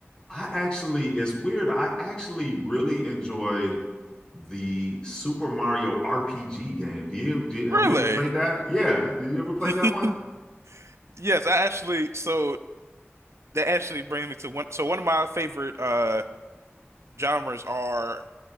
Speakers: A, on the left (about 20°); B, on the right (about 85°).
A: I actually it's weird. I actually really enjoyed the Super Mario RPG game. Do you do you, have
B: Really?
A: you ever played that? Yeah, did you ever play that
B: <laughs>
A: one?
B: Yes, I actually so that actually brings me to one so one of my favorite uh genres are